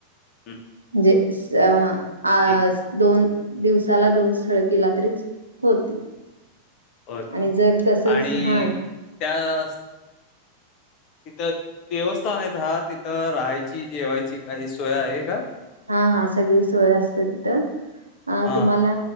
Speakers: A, on the left; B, on the right.
A: हं,
B: म्हणजे असा आस
A: ठीक.
B: दोन दिवसाला दोन स्थळ केला तरीच होतील.
A: होय
B: आणि
A: का?
B: जर तसच
A: आणि
B: हा
A: त्यास तिथं देवस्थान आहेत हा तिथं राहायची, जेवायची काही सोय आहे? का?
B: हा हा सगळी सोय असते तिथं. अ
A: हां,
B: तुम्हाला